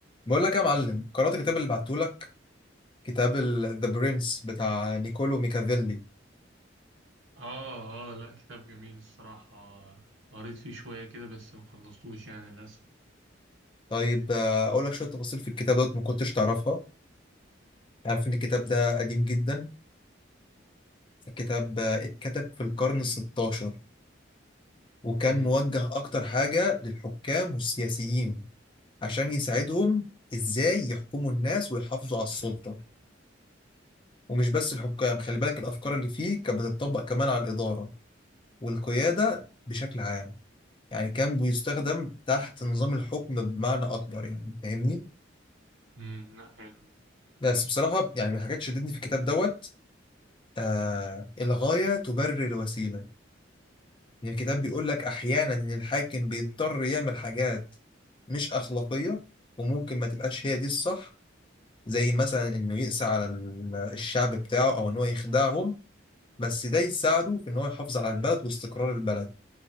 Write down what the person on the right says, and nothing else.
اه اه لا كتاب جميل الصراحة قريت فيه شوية كده بس مخلصتوش يعني للأسف
امم
امم لا حلو